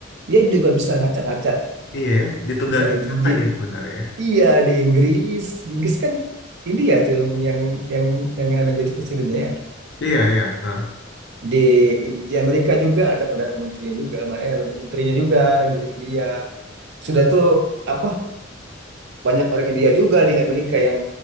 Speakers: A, on the right; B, on the left.
A: Dia juga bisa ngacak-ngacak,
B: Iya ya, ditunggangi
A: bisa
B: siapa
A: di, di-
B: dia sebenarnya? ya?
A: iya di Inggris. Inggris kan India tuh yang yang yang yang, anu jadi presidennya ya.
B: Iya iya. Heeh.
A: Di di Amerika juga ada perdana menterinya juga, eh, menterinya juga India. Sudah tuh apa banyak orang India juga di Amerika yang